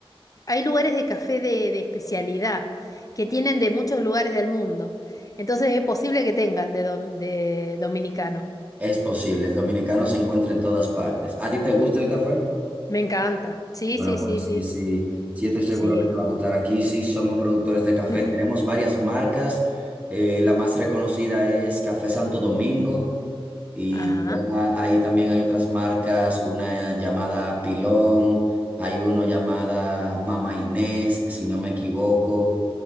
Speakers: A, on the left; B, on the right.
A: hay lugares de café de, de especialidad que tienen de muchos lugares del mundo, entonces es posible que tengan de, dom- de dominicano.
B: Es posible, el dominicano se encuentra en todas partes. ¿A ti te gusta el café?
A: Me encanta, sí,
B: Bueno,
A: sí,
B: pues
A: sí, sí,
B: sí, sí, sí estoy seguro
A: sí.
B: que te va a gustar. Aquí sí somos productores de café,
A: <laughs>
B: tenemos varias marcas. Eh, la más reconocida es Café Santo Domingo. Y
A: Ajá.
B: ya ahí también hay otras marcas, una llamada Pilón, hay uno llamada Mama Inés, si no me equivoco.